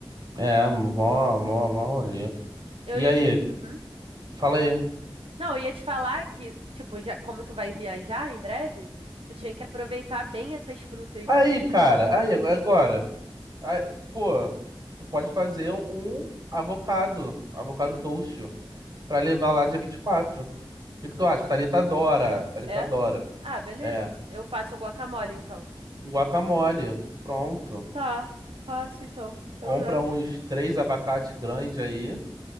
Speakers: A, on the right; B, on the right.
A: é, mó, mó, mó olhê.
B: Eu
A: E
B: ia
A: aí?
B: te... Uhum.
A: Fala aí.
B: Não, eu ia te falar que, tipo, já como tu vai viajar em breve, tu tinha que aproveitar bem essas frutas
A: Aí,
B: do Brasil.
A: cara, aí, agora. agora. Aí, pô, tu pode fazer um avocado. Avocado toast. Pra levar lá dia 24. O que que tu acha? Thalita adora. Thalita
B: É?
A: adora.
B: Ah, beleza.
A: É.
B: Eu faço o guacamole, então.
A: um Guacamole. Pronto.
B: Tá, faço então. Eu
A: Compra
B: levo.
A: uns três abacate grande aí.